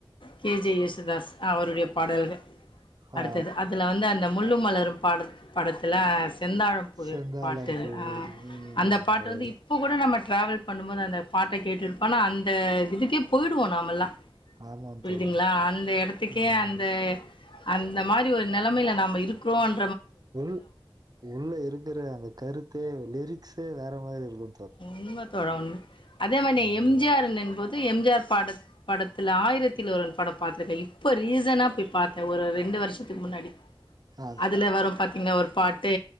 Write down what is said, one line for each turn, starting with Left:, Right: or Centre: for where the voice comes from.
Left: கே ஜே யேசுதாஸ் அவருடைய பாடல்கள் அடுத்தது
Right: ஆ
Left: அதுல வந்து அந்த முள்ளு மலரும் பாட படத்துல செந்தாழம்பூவே
Right: செந்தாழம்
Left: பாட்டு
Right: பூவில்
Left: ஆ
Right: ம்
Left: அந்த பாட்டு
Right: அது
Left: வந்து இப்போ கூட நம்ம ட்ராவல் பண்ணும்போது அந்த பாட்ட கேட்டுட்டுபோனா அந்த இதுக்கே போய்ருவோ நாமெல்லா
Right: ஆமாம்
Left: புரியுதுங்களா
Right: தோழர்
Left: அந்த எடத்துக்கே
Right: ம்
Left: அந்த அந்த மாரி ஒரு நெலமையில நாம இருக்கிறோன்
Right: உள் உள்ள இருக்கிற அந்த கருத்தே வ லிரிக்ஸே வேற மாரி இருக்கு
Left: உண்மை தான் அதே மாரி
Right: அதுதா
Left: எம்ஜிஆர் என்பது எம்ஜிஆர் பட படத்துல ஆயிரத்தில் ஒருவன் படம் பார்த்திருக்க இப்போ ரீசனா போய் பார் ஒரு ரெண்டு வருஷம் முன்னாடி
Right: ஆ
Left: அதுல வரும் பாத்தீங்கன்னா ஒரு பாட்டு